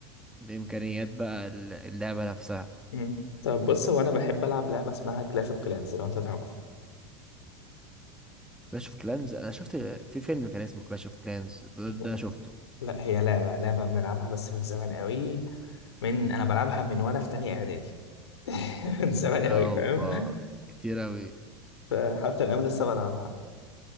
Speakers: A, in the centre; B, on the left (about 80°).
A: بإمكانيات بقى ال- اللعبة نفسها
B: مم. طب بص هو انا بحب العب لعبه اسمها كلاش اوف كلانز لو انت تعرفها
A: كلاش اوف كلانز انا شفت في فيلم كان اسمه كلاش اوف كلانز ده,
B: لا
A: ده شفته
B: لا هي لعبه لعبه بنلعبها بس من زمان قوي من انا بلعبها من وانا في تانية اعدادي <laughs> من زمان قوي
A: اوبا
B: فاهم
A: كتير اوي
B: فحتى الان لسه بلعبها